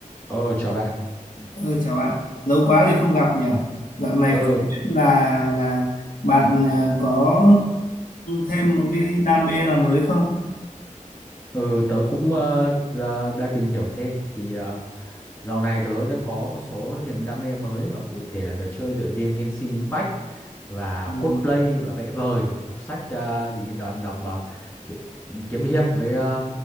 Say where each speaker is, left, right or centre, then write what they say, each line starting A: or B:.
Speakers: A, on the left; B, on the left.
A: Ờ, chào bạn.
B: Ừ, chào bạn, lâu quá thì không gặp nhỉ. Dạo này
A: Ờ,
B: không biết là là bạn ờ, có thêm một cái đam mê nào mới không?
A: ờ, tớ cũng ờ, ra- đang tìm hiểu thêm. Thì ờ, dạo này tớ đã có một số niềm đam mê mới và cụ thể là tớ chơi tựa game Genshin Impact và
B: Ừ.
A: cosplay và vẽ vời, đọc sách ờ, thì đọc, đọc ờ, truyện kiếm hiệp với ờ,